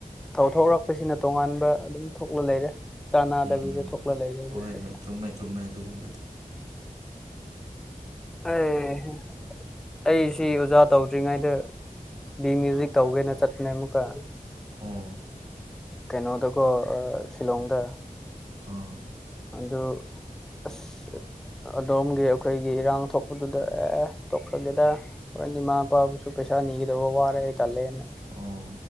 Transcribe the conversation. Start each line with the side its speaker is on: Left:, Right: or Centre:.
Centre: ꯊꯧꯊꯣꯛꯔꯛꯄꯁꯤꯅ ꯇꯣꯉꯥꯟꯕ ꯑꯗꯨꯝ ꯊꯣꯛꯂ ꯂꯩꯔꯦ ꯆꯥꯅꯥꯗꯕꯤꯗ
Right: ꯎꯝ
Centre: ꯊꯣꯛꯂ ꯂꯩꯔꯦ ꯍꯧꯖꯤꯛꯇꯤ
Right: ꯍꯣꯏ ꯍꯣꯏ ꯆꯨꯝꯃꯦ ꯆꯨꯝꯃꯦ ꯑꯗꯨꯒꯨꯝꯕꯗꯤ
Centre: ꯑꯦ ꯍꯦ ꯑꯩ ꯁꯤ ꯑꯣꯖꯥ ꯇꯧꯗ꯭ꯔꯤꯉꯩꯗ ꯕꯤ ꯃ꯭ꯌꯨꯖꯤꯛ ꯇꯧꯒꯦꯅ ꯆꯠꯄꯅꯦ ꯑꯃꯨꯛꯀ
Right: ꯑꯣ
Centre: ꯀꯩꯅꯣꯗꯀꯣ ꯁꯤꯂꯣꯡꯗ
Right: ꯑꯥ
Centre: ꯑꯗꯣ ꯑꯁ ꯑꯗꯣꯝꯒꯤ ꯑꯩꯈꯣꯏꯒꯤ ꯏꯔꯥꯡ ꯊꯣꯛꯄꯗꯨꯗ ꯑꯦ ꯇꯣꯛꯈ꯭ꯔꯒꯦꯗ ꯍꯣꯔꯦꯟ ꯏꯃꯥ ꯅꯨꯄꯥꯕꯨꯁꯨ ꯄꯩꯁꯥ ꯅꯤꯈꯤꯗꯕ ꯋꯥꯔꯦ ꯇꯜꯂꯦꯅ
Right: ꯑꯣ